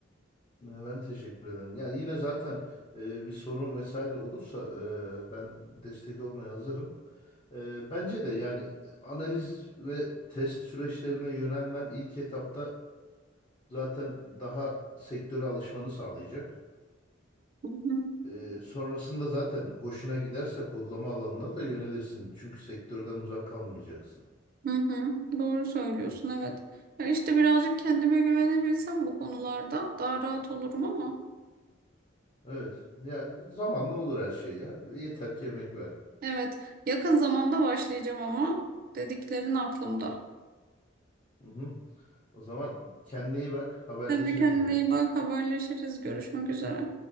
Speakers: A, on the left; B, on the right.
A: Ee, Ben teşekkür ederim. Ya yine zaten e, bir sorun vesaire olursa e, ben destek olmaya hazırım. E, bence de yani analiz ve test süreçlerine yönelmen ilk etapta zaten daha sektöre alışmanı sağlayacak.
B: Hı hı,
A: E, sonrasında zaten hoşuna giderse kodlama alanına da yönelirsin. Çünkü sektörden uzak kalmayacaksın.
B: hı hı. Doğru söylüyorsun evet. Ya işte birazcık kendime güvenebilsem bu konularda daha rahat olurum ama.
A: Evet. Ya zamanla olur her şey ya. Yeter ki emek ver.
B: Evet yakın zamanda başlayacağım ama dediklerin aklımda.
A: Hı hı. O zaman kendine iyi bak. Haberleşiriz
B: Sen de kendine
A: yine.
B: iyi bak haberleşiriz görüşmek üzere.